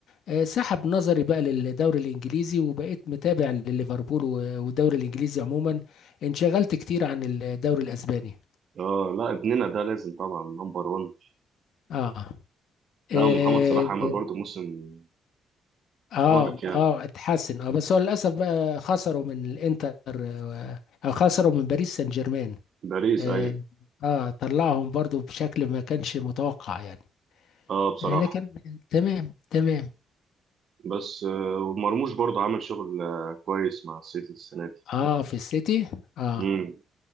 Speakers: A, on the left; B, on the right.
A: آه، سحب نظري بقى للدوري الانجليزي وبقيت متابع لليفربول و- والدوري الانجليزي عموما انشغلت كتير عن الدوري الاسباني
B: اه لا ابننا ده لازم طبعا نمبر 1
A: اه
B: لا
A: اه
B: ومحمد صلاح عمل برضه موسم
A: اه,
B: خارق يعني
A: آه اتحسن اه بس هو للاسف بقى خسروا من الانتر آه، او خسروا من باريس سان جيرمان
B: باريس
A: اه,
B: ايوه
A: آه طلعهم برضو بشكل ما كانش متوقع يعني
B: اه بصراحه
A: آه لكن تمام تمام
B: بس آه ومرموش برضه عمل شغل آه كويس مع السيتي السنه دي
A: اه في السيتي اه
B: امم